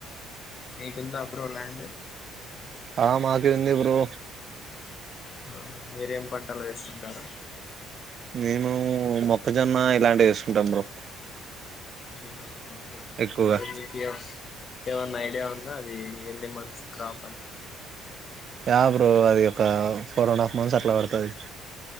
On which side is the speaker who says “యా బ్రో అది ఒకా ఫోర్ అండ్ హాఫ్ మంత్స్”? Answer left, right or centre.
Right